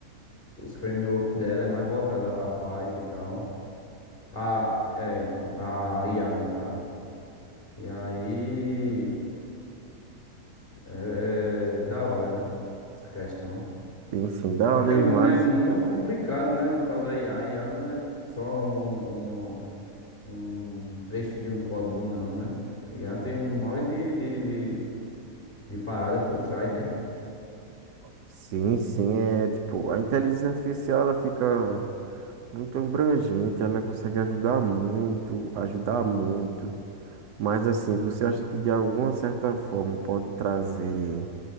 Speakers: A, on the left (about 30°); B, on the right (about 80°).
A: os frameworks dela é mais voltada a a Python e tal. Ah, é, então, a IA no caso. E aí, é, é da hora, né? Essa questão.
B: Sim, sim, da
A: Só
B: hora
A: que é,
B: demais.
A: é muito complicado, né? Um tal da IA. IA não é só um, um trecho de um código não, né? Aí Já tem um monte de, de, de, de parada por trás, né?
B: Sim, sim, é tipo, a inteligência artificial ela fica muito abrangente, ela consegue ajudar muito, ajudar muito. Mas assim, você acha que de alguma certa forma pode trazer